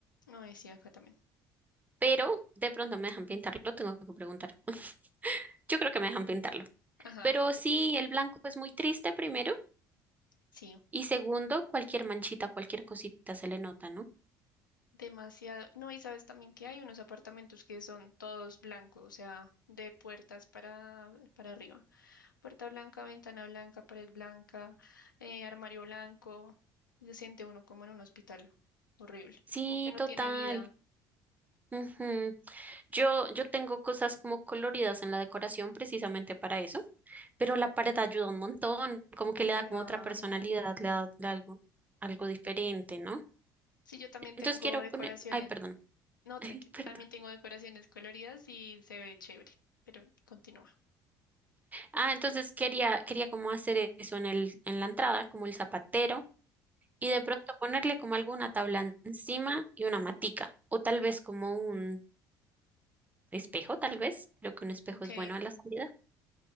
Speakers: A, on the left; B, on the right.
A: no, sí, acá también.
B: pero de pronto me dejan pintarlo, tengo que preguntar. <laughs> Yo creo que me dejan pintarlo.
A: Ajá,
B: Pero sí, el blanco es muy triste primero
A: sí.
B: y segundo, cualquier manchita, cualquier cosita se le nota, ¿no?
A: Demasiado. No, y sabes también que hay unos apartamentos que son todos blancos, o sea, de puertas para, para arriba. Puerta blanca, ventana blanca, pared blanca, eh, armario blanco. Y se siente uno como en un hospital. Horrible.
B: Sí,
A: Como que no
B: total.
A: tiene vida.
B: Ujú. Yo, yo tengo cosas como coloridas en la decoración precisamente para eso, pero la pared ayuda un montón, como que le da
A: Claro.
B: como otra personalidad, le da, le da algo, algo diferente, ¿no?
A: Sí, yo también
B: Entonces
A: tengo
B: quiero
A: decoraciones.
B: poner, ay, perdón,
A: No,
B: <laughs>
A: tranqui,
B: perdón.
A: también tengo decoraciones coloridas y se ve chévere, pero continúa.
B: Ah, entonces quería, quería como hacer eso en el, en la entrada, como el zapatero, y de pronto ponerle como alguna tabla encima y una matica, o tal vez como un espejo, tal vez, creo que un espejo
A: Ujú, ok.
B: es bueno a la salida.